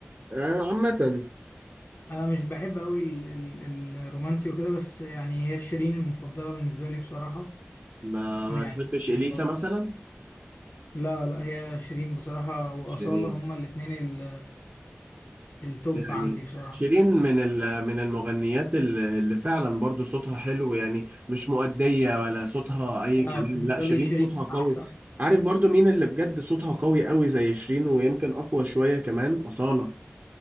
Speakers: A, on the right; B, on the left.
A: آه، عامة
B: أنا مش بحب أوي ال- ال- الرومانسي وكده بس يعني هي شيرين المفضلة بالنسبة لي بصراحة
A: ما
B: يعني
A: ما تحبش إليسا
B: لما-
A: مثلا
B: لا لا هي شيرين بصراحة وأصالة
A: شيرين
B: هما الاتنين ال- التوب
A: يعني
B: عندي بصراحة
A: شيرين من ال- من المغنيات ال- اللي فعلا برضو صوتها حلو يعني مش مؤدية ولا صوتها أي
B: انا
A: كلام
B: بالنسبه
A: لا شيرين
B: لي شيرين
A: صوتها قوي
B: احسن
A: عارف برضو مين اللي بجد صوتها قوي قوي زي شيرين ويمكن أقوى شوية كمان أصالة